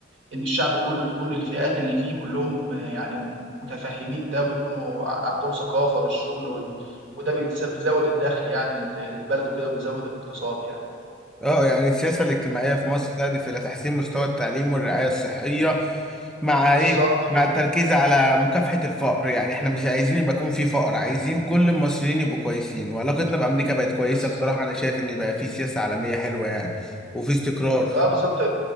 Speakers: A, on the right; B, in the centre.
A: إن الشعب كله يكون الفئات اللي فيه كلهم آه، يعني متفهمين ده ويكونوا ع- عندهم ثقافة بالشغل وال... وده بيتس- بيزود الدخل يعني لل- للبلد وكده وبيزود الاقتصاد يعني
B: اه يعني السياسة الاجتماعية في مصر تهدف إلى تحسين مستوى التعليم والرعاية الصحية مع
A: <clears throat> بالظبط
B: إيه؟
A: كده
B: مع التركيز على مكافحة الفقر يعني إحنا مش عايزين يبقى يكون في فقر عايزين كل المصريين يبقوا كويسين وعلاقتنا بأمريكا بقت كويسة
A: بالظبط
B: بصراحة أنا شايف إن بقى في سياسة عالمية حلوة يعني وفي استقرار
A: اه بالظبط